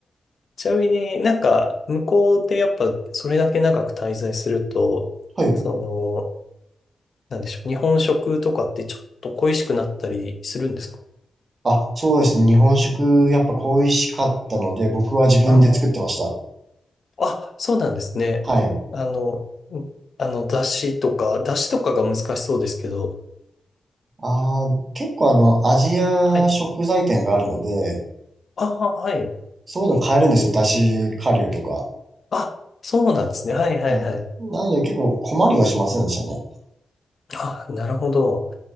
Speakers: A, on the left; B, on the right.
A: ちなみになんか、向こうでやっぱそれだけ長く滞在すると、
B: はい。
A: その、なんでしょう、日本食とかってちょっと恋しくなったりするんですか
B: あ、そうですね。日本食、やっぱ恋しかったので、僕は自分で作ってました。
A: ああ。あ、そうなんですね。
B: はい。
A: あの、んあの、だしとか、だしとかが難しそうですけど。
B: あー、結構あの、アジア食材店があるので、
A: はい。ああ、はい。
B: そういうの買えるんですよ。だし顆粒とか。
A: あ、そうなんですね。はいはいはい。
B: はい。なので結構困りはしませんでしたね。
A: あ、なるほど。